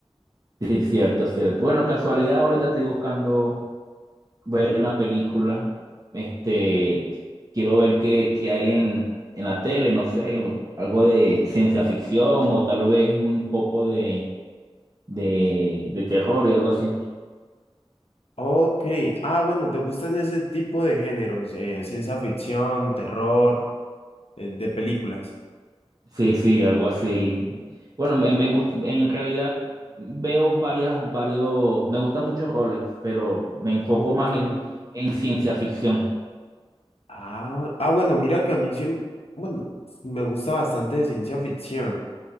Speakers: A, on the right (about 35°); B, on the left (about 80°).
A: Sí, cierto, cierto. Bueno, casualidad, ahorita estoy buscando ver una película. Este, quiero ver qué, qué hay en, en la tele, no sé, algo de ciencia ficción o tal vez un poco de, de, de terror y algo así.
B: Ok, ah, bueno, ¿te gustan ese tipo de géneros? eh, ciencia ficción, terror, eh, de películas.
A: Sí, sí, algo así. Bueno, me, me gusta, en realidad veo varias, varios, me gustan muchos roles, pero me enfoco
B: Ok.
A: más en, en ciencia ficción.
B: Ah, ah, bueno, mira que a mí siempre, bueno, me gusta bastante de ciencia ficción.